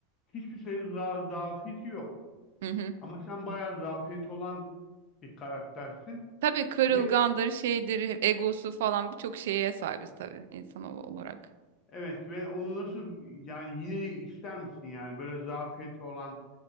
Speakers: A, on the left (about 30°); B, on the right (about 80°).
A: hiçbir şey za zafiyeti yok.
B: Hı hı.
A: Ama sen bayağı zafiyet olan bir karaktersin
B: Tabii kırılgandır,
A: ve
B: şeydir, egosu falan birçok şeye sahibiz tabii insan olarak.
A: evet ve onu nasıl yani yine de ister misin yani böyle zafiyeti olan